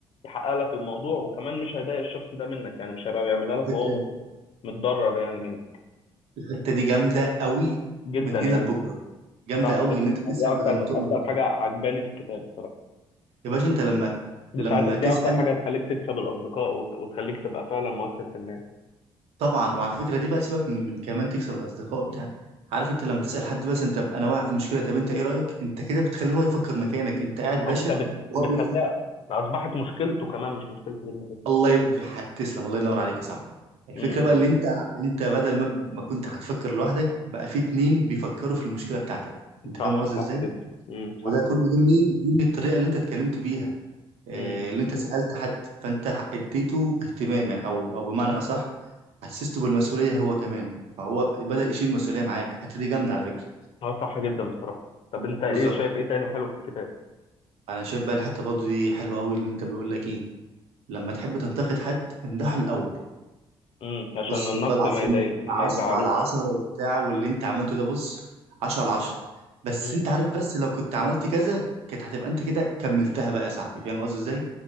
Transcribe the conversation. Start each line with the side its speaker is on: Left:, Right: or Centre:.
Left: يحقق لك الموضوع وكمان مش هيضايق الشخص ده منك يعني مش هيبقى بيعملها لك
Right: على فكرة
Left: وهو مت- متضرر يعني منك
Right: الحتة دي جامدة قوي
Left: جدا
Right: من
Left: يعني
Right: هنا لبكرة جامدة
Left: صح
Right: قوي
Left: جدا
Right: ان انت تسأل
Left: يعني دي اكتر
Right: بدل ما تؤمر
Left: اكتر
Right: دي
Left: حاجه عجباني في الكتاب بصراحه
Right: يا باشا انت لما
Left: دي
Right: لما
Left: ساعات دي
Right: تسأل
Left: اكتر حاجه تخليك تكسب الاصدقاء وت- وتخليك تبقى فعلا مؤثر في الناس
Right: طبعا وعلى فكره دي بقى سيبك من, من كمان تكسب الاصدقاء بتاع عارف انت لما تسال حد بس انت انا واقع في مشكله طب انت ايه رايك انت كده بتخليه هو يفكر مكانك انت قاعد باشا
Left: او بتخ... بت-
Right: وهو
Left: بتخليها
Right: بيفكر
Left: اصبحت مشكلته كمان مش مشكلتي جدا بس
Right: الله ي... بح- تسلم الله ينور عليك يا صاحبي الفكره
Left: م-
Right: بقى
Left: م.
Right: اللي انت انت بدل ما ب- ما كنت هتفكر لوحدك بقى في اتنين بيفكروا في المشكله بتاعتك انت
Left: صح
Right: فاهم قصدي
Left: صح
Right: ازاي
Left: جدا م،
Right: وده
Left: صح جدا
Right: كله جه منين جه من الطريقه اللي انت اتكلمت بيها آه،
Left: م.
Right: اللي انت سألت حد فانت اديته اهتمام يعني او او بمعنى اصح حسسته بالمسؤوليه هو كمان فهو بدأ يشيل المسؤوليه معاك الحته دي جامده على فكره
Left: اه صح جدا بصراحه طب انت ايه
Right: بالظبط
Left: شايف ايه تاني حلو في الكتاب
Right: انا شايف بقى الحته برضه دي حلوه قوي اللي انت بيقول لك ايه لما تحب تنتقد حد امدحه الاول
Left: م، عشان
Right: بص
Left: النقد
Right: والله العظيم
Left: ما يضايق
Right: انت
Left: ما
Right: 10
Left: يزعلوش
Right: على 10 وبتاع واللي انت عملته ده بص 10 على 10 بس
Left: م.
Right: انت عارف بس لو كنت عملت كذا كانت هتبقى انت كده كملتها بقى يا صاحبي فاهم قصدي ازاي